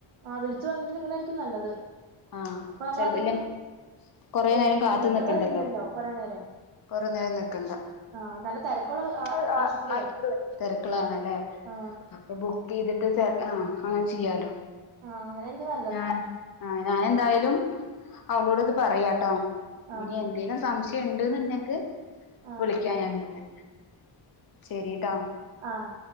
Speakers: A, on the right; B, on the left.
A: ആഹ് വിളിച്ചു പറഞ്ഞിട്ട് എടുക്കണായിരിക്കും നല്ലത്
B: ആഹഹ്
A: അപ്പൊ നമ്മൾ
B: ചെ
A: അധികം
B: ഇല്ലെങ്കി കൊറെ
A: വെയി
B: നേരം കാത്തു
A: നിൽക്കേണ്ട
B: നിക്കണ്ടല്ലോ
A: വരില്ലല്ലോ കുറെ നേരം
B: കൊറേ നേരം നിക്കണ്ട
A: ആ നല്ല തിരക്കുള്ള ആ-
B: അഹ് ആഹ്
A: ആശുപത്രിയാ
B: ആശുത്രി തിരക്കളാണല്ലേ
A: ആ
B: അപ്പൊ ബുക്ക് ചെയ്തിട്ട് ആ അങ്ങനെ ചെയ്യാലോ
A: ആഹ് അങ്ങനായിരിക്കും നല്ലത്
B: ഞാൻ ആഹ് ഞാൻ എന്തായാലും അവളോട് ഇത് പറയാട്ടോ
A: ആ
B: ഇനി എന്തേലും സംശയം ഉണ്ട്ന്ന്ണ്ടെങ്കിൽ
A: ആ
B: വിളിക്കാം ഞാൻ ശരി ട്ടോ
A: ആഹ്